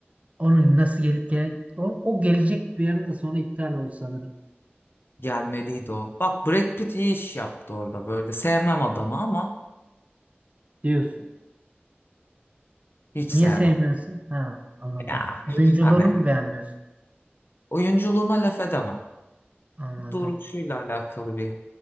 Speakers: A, on the right (about 35°); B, on the left (about 65°).
A: Onun nasıl gelip gele o, o gelecek bir arada sonra iptal oldu sanırım
B: Gelmeliydi o. Bak Brad Pitt iyi iş yaptı orada böyle. Sevmem adamı ama
A: diyorsun.
B: hiç sevmem.
A: Niye sevmiyorsun? Ha anladım.
B: Ya
A: Oyunculuğunu
B: hani
A: mu beğenmiyorsun?
B: oyunculuğuna laf edemem.
A: Anladım.
B: Duruşuyla alakalı bir